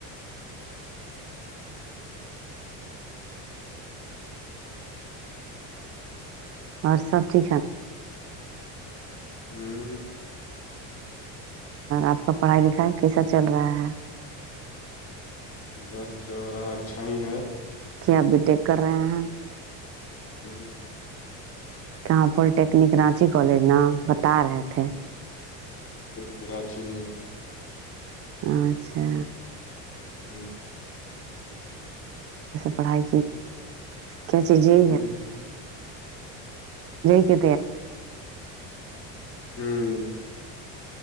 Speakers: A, on the right (about 40°); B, on the left (about 35°).
A: اور سب سے
B: ہاں
A: اپ کا پڑھا لکھا ہے کیسا چل رہا ہے
B: بس ہو رہا اچھا ہی ہے
A: ابھی ٹیک کر رہے ہیں کیا
B: ہاں
A: کہاں پر ٹیکنیک کراچی کالجنا بتا رہے تھے
B: کراچی میں
A: ہاں اچھا
B: ہاں
A: پڑھائی اچھا جی
B: ہ
A: کی
B: ہم